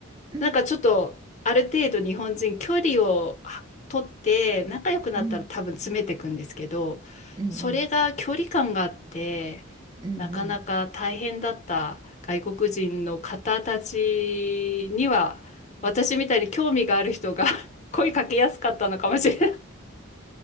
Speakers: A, on the right; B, on the left.
A: うん、
B: なんかちょっとある程度日本人距離をは取って仲良くなったら多分詰めていくんですけど、
A: うん、うん、うん、
B: それが距離感があって、
A: うん、
B: なかなか大変だった外国人の方たちには、
A: うん。
B: 私みたいに興味がある人が <laughs> 声かけやすかったのかもしれない。